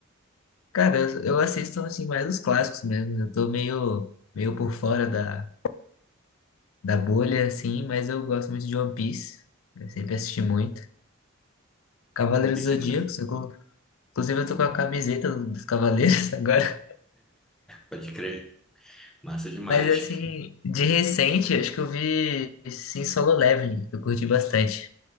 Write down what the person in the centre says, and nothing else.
Vamos
ver
massa.
Pode crer. Massa demais.